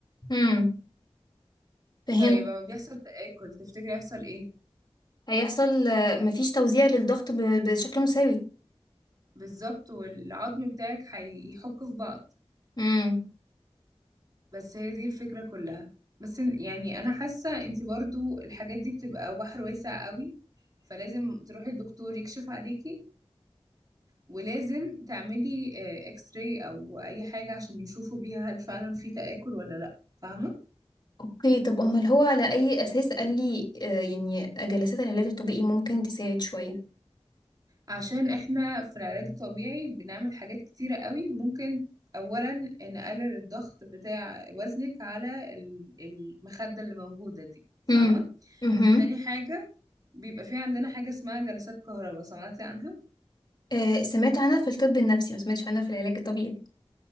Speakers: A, on the left; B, on the right.
A: امم فهمت
B: طيب لما بيحصل تآكل تفتكري يحصل ايه
A: هيحصل آه، مفيش توزيع للضغط ب- بشكل مساوي
B: بالظبط والعظم بتاعك هيحك في بعض
A: امم
B: بس هي دي الفكرة كلها بس يعني انا حاسة انتي برضو الحاجات دي بتبقى بحر واسع قوي فلازم تروحي الدكتور يكشف عليكي ولازم تعملي آه، اكس راي او اي حاجة عشان يشوفوا بيها هل فعلا في تآكل ولا لا فاهمة
A: اوكي طب امال هو على اي اساس قال لي آه، يعني جلسات العلاج الطبيعي ممكن تساعد شوية
B: عشان احنا في العلاج الطبيعي بنعمل حاجات كتيرة قوي ممكن اولا نقلل الضغط بتاع وزنك على ال- المخدة اللي موجودة دي فاهمة
A: امم امم
B: تاني حاجة بيبقى في عندنا حاجة اسمها جلسات كهرباء سمعتي عنها
A: آه، سمعت عنها في الطب النفسي ما سمعتش عنها في العلاج الطبيعي